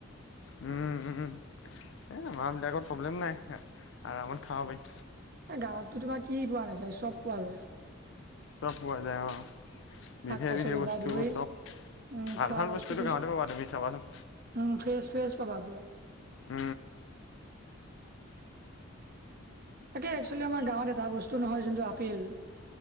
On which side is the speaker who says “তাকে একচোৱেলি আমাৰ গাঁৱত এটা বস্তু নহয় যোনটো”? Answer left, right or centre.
Right